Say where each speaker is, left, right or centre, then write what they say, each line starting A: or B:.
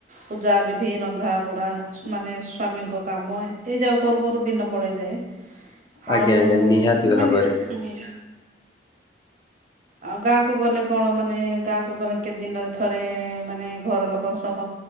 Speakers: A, on the right; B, on the left.
A: ପୂଜା ବିଧି ରଧା ବଡ଼ା ମାନେ ସ୍ଵାମୀଙ୍କ କାମ ଏଇ ଯା କରୁ କରୁ ଦିନ ପଳେଇ ଯାଏ। ଆଉ
B: ଆଜ୍ଞା ଆଜ୍ଞା ନିହାତି ଭାବରେ
A: ମ ହୁଁ ଆଉ ଗାଁକୁ ଗଲେ କଣ ମାନେ ଗାଁକୁ ଗଲେ କେତେ ଦିନରେ ଥରେ ମାନେ ଘର ଲୋକ ସହ